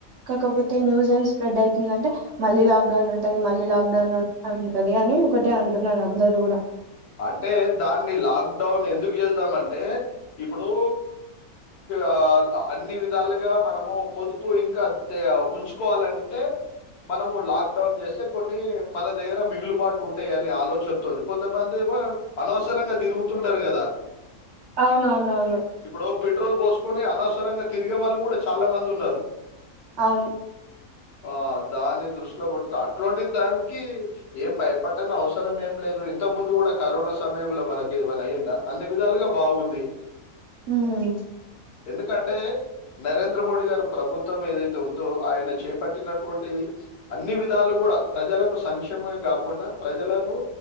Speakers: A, on the right (about 65°); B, on the left (about 85°).
A: కాకపోతే నూసెన్స్ స్ప్రెడ్ అవుతుందంటే మల్లి లా గణన్ ఉంటది మళ్ళీ లాక్డౌన్ స్తుది గని ఒకటే అంటున్నారు అందరుూ గుడా
B: అంటే దాన్ని లాక్డౌన్ ఎందుకు చేద్దామంటే ఇప్పుడు ఆ అన్ని విధాలుగా మనము పొదుపు ఇంకా ఉంచుకోవాలంటే మనము లాక్డౌన్ చేస్తే కొన్ని మన దగర మిగులుబాటు ఉంటాయని ఆలోచనతోని కొంత ఏమో అనవసరంగా తిరుగుతుంటరు గదా
A: అవునవునవును
B: ఇప్పుడు పెట్రోల్ పోసుకొని అనవసరంగా తిరిగే వాళ్ళు కూడా చాలా మంది ఉన్నారు
A: అవును
B: ఆ దాని దృష్టిలో కొట్టుకు అట్లాంటి దానికి ఏం భయపట్టని అవసరం ఏం లేదు ఇంతకు ముందు కూడా కరోనా సమయంలో మనకి ఏమనా అయ్యందా అన్ని విధాలుగా బాగుంది
A: హ్మ్
B: ఎందుకంటే నరేంద్ర మోడీ గారు ప్రభుత్వం ఏదైతే ఉందో ఆయన చేపట్టినటువంటి అన్ని విధాలు గుడా ప్రజలకు సంక్షేమమే కాకుండా ప్రజలను